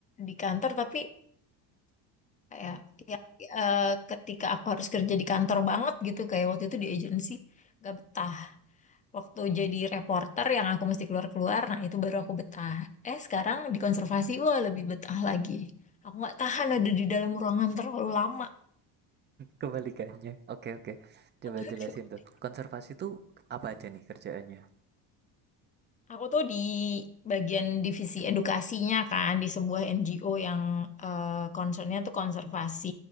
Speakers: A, on the left; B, on the right.
A: di kantor tapi kayak yang eh, ketika aku harus kerja di kantor banget gitu kayak waktu itu di agensi gak betah. waktu jadi reporter yang aku mesti keluar-keluar, nah itu baru aku betah. Eh sekarang di konservasi, wah lebih betah lagi. Aku nggak tahan ada di dalam ruangan terlalu lama.
B: Kebalikannya. Oke oke. Coba
A: <laughs>
B: jelasin tuh. Konservasi tuh apa aja nih kerjaannya?
A: Aku tuh di bagian divisi edukasinya kan, di sebuah NGO yang eh concernnya tuh konservasi